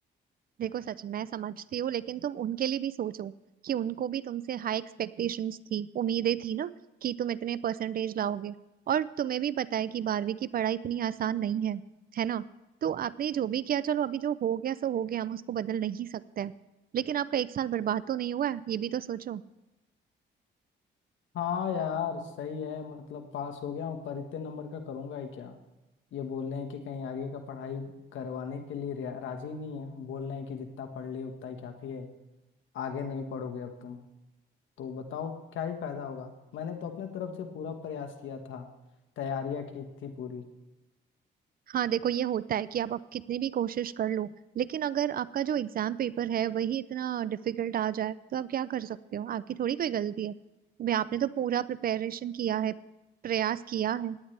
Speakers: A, on the right; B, on the left.
A: देखो सच मैं समझती हूँ लेकिन तुम उनके लिए भी सोचो कि उनको भी तुमसे हाई एक्सपेक्टेशंस थी उम्मीदें थी ना कि तुम इतने परसेंटेज लाओगे और तुम्हें भी पता है कि बारहवीं की पढ़ाई इतनी आसान नहीं है है ना तो आपने जो भी किया चलो अभी जो हो गया सो हो गया हम उसको बदल नहीं सकते हैं लेकिन आपका एक साल बर्बाद तो नहीं हुआ है ये भी तो सोचो
B: हाँ यार सही है मतलब पास हो गया हूँ पर इतने नंबर का करूंगा ही क्या ये बोल रहे हैं कि कहीं आगे का पढ़ाई करवाने के लिए रिया- राजी नहीं है बोल रहे हैं कि जितना पढ़ लिए उतना ही काफी है आगे नहीं पढ़ोगे अब तुम तो बताओ क्या ही फायदा होगा मैंने तो अपने तरफ से पूरा प्रयास किया था तैयारियां की थी पूरी
A: हाँ देखो ये होता है कि आप आप कितनी भी कोशिश कर लो लेकिन अगर आपका जो एग्जाम पेपर है वही इतना डिफिकल्ट आ जाए तो आप क्या कर सकते हो आपकी थोड़ी कोई गलती है भाई आपने तो पूरा प्रिपरेशन किया है प्रयास किया है